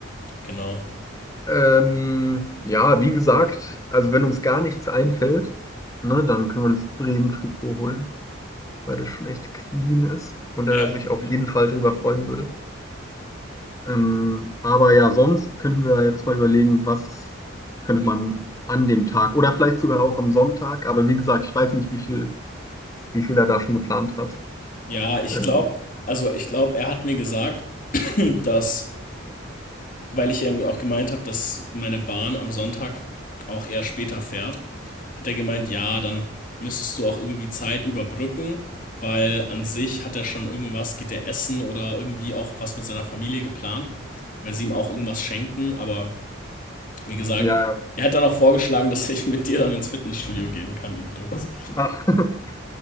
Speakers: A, on the left; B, on the left.
A: genau.
B: Ähm, ja, wie gesagt, also wenn uns gar nichts einfällt, ne, dann können wir das Bremen-Trikot holen, weil das schon echt clean ist und
A: Ja,
B: er sich auf jeden Fall drüber freuen würde. Ähm, aber ja, sonst könnten wir jetzt mal überlegen, was könnte man an dem Tag oder vielleicht sogar auch am Sonntag, aber wie gesagt, ich weiß nicht, wie viel, wie viel er da schon geplant hat.
A: ja, ich
B: Ähm,
A: glaube, also ich glaube, er hat mir gesagt, dass weil ich ja auch gemeint habe, dass meine Bahn am Sonntag auch eher später fährt, hat er gemeint, ja, dann müsstest du auch irgendwie Zeit überbrücken, weil an sich hat er schon irgendwas, geht er essen oder irgendwie auch was mit seiner Familie geplant, weil sie ihm auch irgendwas schenken. Aber wie gesagt,
B: ja, ja.
A: er hat dann auch vorgeschlagen, dass ich mit dir dann ins Fitnessstudio gehen kann, übrigens.
B: Ach, <laughs>